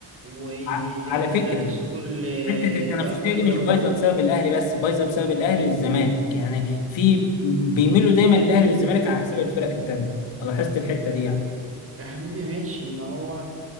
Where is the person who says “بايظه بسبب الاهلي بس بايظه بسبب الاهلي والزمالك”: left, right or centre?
Left